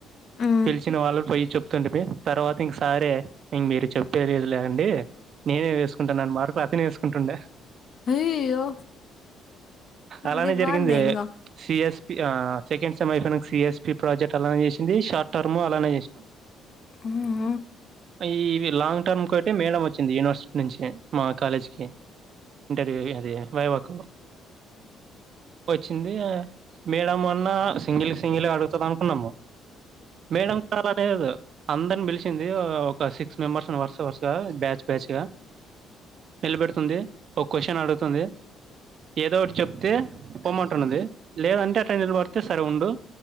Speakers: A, on the left; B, on the right.
A: ఆ
B: పిలిచిన వాళ్ళు పొయ్యి చెప్ తుండిబి తర్వాత ఇంక సారే ఇంగ్ మీరు చెప్పేది లేదు లెగండి నేనే వేసుకుంటాను అని మార్కులు అతనే వేసుకుంటుండే
A: అయ్యయ్యో
B: అలానే
A: అదే
B: జరిగింది
A: బాగుందే ఇంగా
B: సిఎస్పి ఆ సెకండ్ సెమ్ అయిపోయిన సిఎస్పి ప్రాజెక్ట్ అలానే చేసింది షార్ట్ టర్మ్ అలానే చేసి
A: ఉమ్
B: ఆ ఈవి లాంగ్టర్మ్ అయిే మేడం వచ్చింది యూనివర్సిటీ నుంచి మా కాలేజ్కి ఇంటర్వ్యూ అది వైవాకు వచ్చింది మేడ అన్నా సింగిల్ సింగిల్ అడుగుతుంది అనుకున్నము మేడం కూడా అలానేదు అందరిని పిలిచింది ఒక సిక్స్ మెంబర్స్ వరుస వరుసగా బ్యాచ్ బ్యాచ్గా నిలబెడుతుంది ఒక క్వ్చన్ అడుగుతుంది ఏదో ఒకటి చెప్తే పోమంటున్నది లేదంటే అటెండెన్స్ పడితే సరే ఉండు